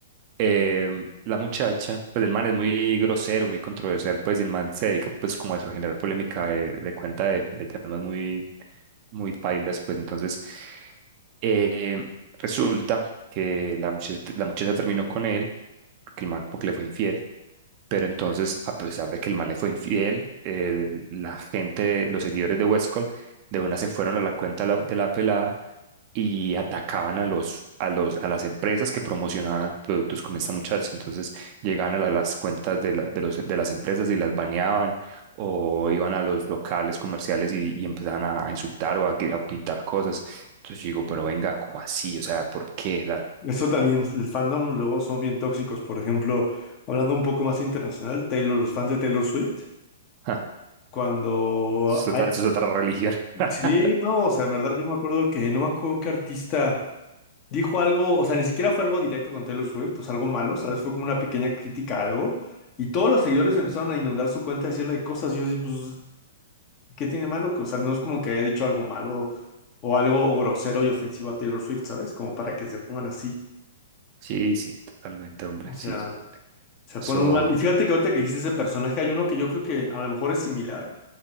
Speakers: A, on the right; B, on the left.
A: eh, la muchacha, pues el man es muy grosero, muy controversial, pues y el man se dedica pues como a eso, a generar polémica de, de cuenta de, de temas muy, muy pailas, pues entonces eh, resulta que la muchacha, la muchacha terminó con él, porque el man como que le fue infiel. Pero entonces, a pesar de que el man le fue infiel, eh, la gente, los seguidores de Westcol, de una se fueron a la cuenta de la- de la pelada y atacaban a los, a los, a las empresas que promocionaban productos con esta muchacha. Entonces llegaban a la- las cuentas de, la- de, los, de las empresas y las baneaban o iban a los locales comerciales y, y empezaban a, a insultar o a, gri- a pintar cosas. Entonces yo digo, pero venga, ¿cómo así? O sea, ¿por qué? O sea,
B: Eso también, el fandom luego son bien tóxicos. Por ejemplo, hablando un poco más internacional, Taylor, los fans de Taylor Swift.
A: ja,
B: Cuando
A: eso
B: hay...
A: es otra, eso es otra religión. <laughs>
B: Sí, no, o sea, en verdad yo me acuerdo que no me acuerdo qué artista dijo algo, o sea, ni siquiera fue algo directo con Taylor Swift, o sea, algo malo, ¿sabes? Fue como una pequeña crítica a algo. Y todos los seguidores empezaron a inundar su cuenta, a decirle cosas. Y yo decía, pues, ¿qué tiene malo? Que, O sea, no es como que haya dicho algo malo o algo grosero y ofensivo a Taylor Swift, ¿sabes? Como para que se pongan así.
A: Sí, sí, totalmente, hombre,
B: O sea,
A: sí.
B: se
A: So,
B: ponen muy mal. Y fíjate que ahorita que dijiste ese personaje, hay uno que yo creo que a lo mejor es similar,